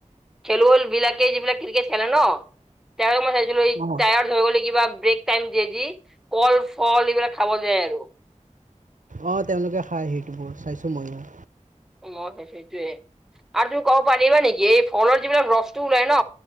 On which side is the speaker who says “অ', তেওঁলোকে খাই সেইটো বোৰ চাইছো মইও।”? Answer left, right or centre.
Right